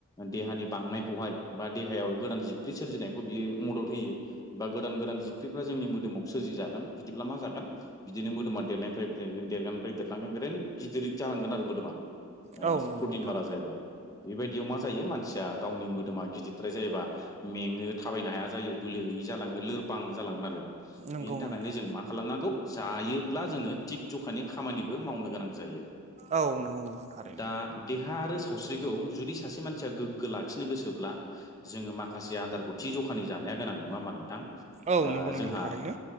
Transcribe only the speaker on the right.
औ नंगौ
नोंथां
नंगौ
नोंथां।
औ नंगौ नोंथां थारैनो
औ नंगौ नोंथां
थारैनो